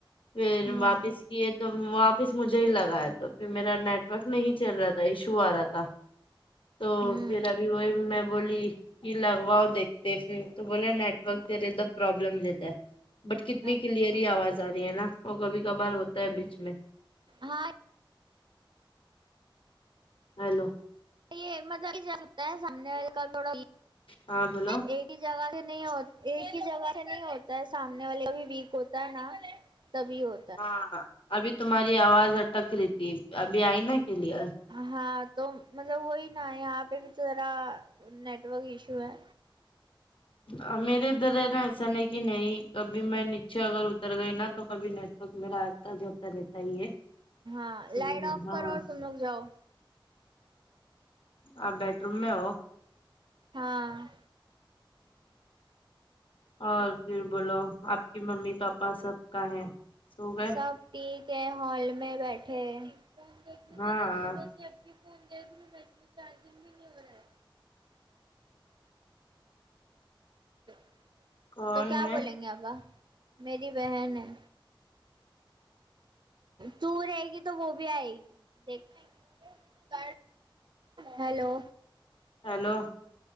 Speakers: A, on the left (about 75°); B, on the right (about 60°).
A: پھر
B: ہوں
A: واپس کیے تو واپس مجھے ہی لگایا تو پھر میرا نیٹورک نہیں چل رہا تھا ایشو آ رہا تھا تو
B: ہوں
A: پھر ابھی وہی میں بولی یہ لگواؤ دیکتے پھر تو بولے نیٹورک سےد پرابلم رہتا ہے بٹ کتنی
B: اچھا
A: کلیئری آواز آ رہی ہے نا وہ کبھی کبھار ہوتا ہے بیچ میں
B: ہاں
A: ہیلو
B: یہ مزہ بھی ج سکتا ہے سامنے والے کا تھوڑا
A: ہاں بولو
B: ایک ہی جگہ سے نہیں ایک ہی جگہ سے نہیں ہوتا ہے سامنے والے کا بھی ویک ہوتا ہے نا تبھی ہو
A: ہاں ابھی تمہاری آواز اٹک رہی تھی ابھی آئی نا ا کلر
B: ہاں تو مطلب وہی نا یہاں پہ بھی تو ذرا نیٹورک ایشو ہے
A: ہ میرے ادھر ہے نا ایسا نہیں کہ نہیں کبھی میں نیچے اگر اتر گئی نا تو کبھی نیٹ ورک میر رہتا جو ہوتا رہتا ہی ہے
B: ہاں
A: سمجھے
B: لائٹ آف
A: ہاں
B: کرو اور تم لگ جاؤ
A: آپ بیڈ روم میں ہو
B: ہاں
A: اور پھر بولو آپ کی ممی پاپا سب کا ہے سو گئے
B: سب ٹھیک ہے ہال میں بیٹھے ہیں فون دیکھ لیجیے
A: ہاں
B: نا صبح سے اب بھی فون دیکھ لوں میں اتنی چارجنگ بھی نہیں ہو رہی <inaudible>
A: کون
B: تو کیا
A: ہے
B: بولیں گے ابا میری بہن ہے تو رہے گی تو وہ بھی آئے گی دیکھ ہیلو
A: ہیلو